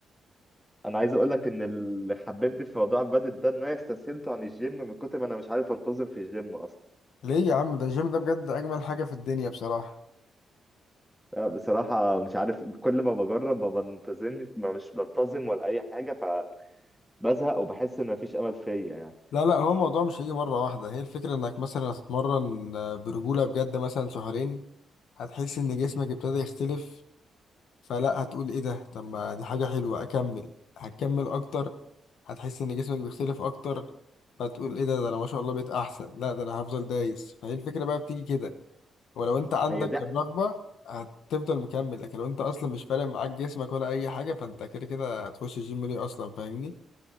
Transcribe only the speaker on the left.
ليه يا عم ده الجيم ده بجد اجمل حاجة في الدنيا بصراحة
لا لا هو الموضوع مش هيجي مرة واحدة هي الفكرة انك مثلا هتتمرن برجولة بجد مثلا شهرين هتحس ان جسمك ابتدى يختلف فلا هتقول ايه ده طب ما دي حاجة حلوة اكمل هتكمل اكتر هتحس ان جسمك بيختلف اكتر فتقول ايه ده ده انا ما شاء الله بقيت احسن لا ده انا هفضل دايس فهي الفكرة بقى بتيجي كده ولو انت عندك
الرغبة هتفضل مكمل لكن لو انت اصلا مش فارق معاك جسمك ولا اي حاجة فانت كده كده هتخش الجيم ليه اصلا فاهمني